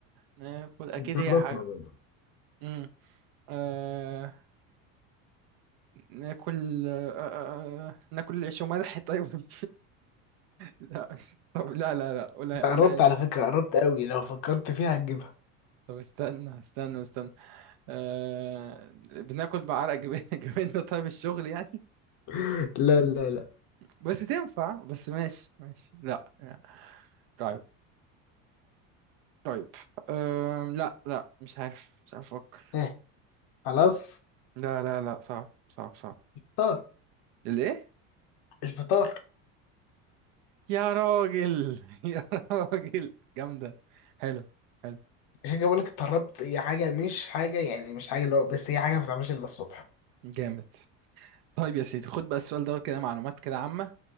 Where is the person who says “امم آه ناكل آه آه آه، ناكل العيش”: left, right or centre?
Right